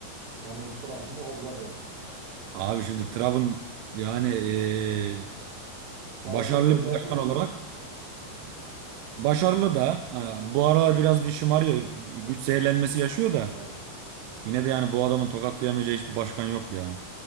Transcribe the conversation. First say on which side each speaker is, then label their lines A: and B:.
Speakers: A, on the right; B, on the right.
A: Donald Trump mı Obrador mu?
B: abi şimdi Trump'ın yani ee,
A: Sağ
B: başarılı
A: solu belli
B: bir
A: olmuyor
B: başkan olarak
A: ki.
B: başarılı da ee, bu aralar biraz bir şımarıyor. Güç zehirlenmesi yaşıyor da
A: Evet.
B: yine de yani bu adamın tokatlayamayacağı hiçbir başkan yok ya.